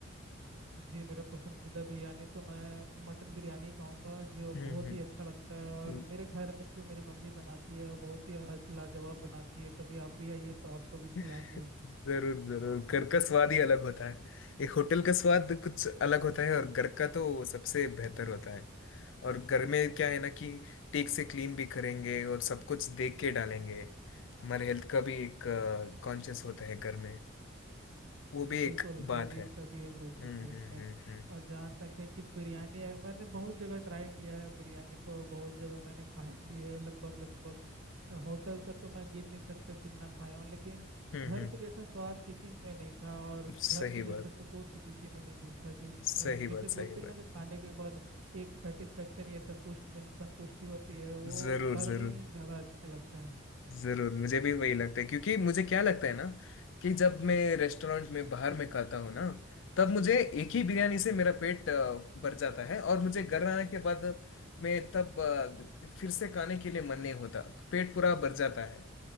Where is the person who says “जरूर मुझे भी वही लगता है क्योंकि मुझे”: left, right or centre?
Left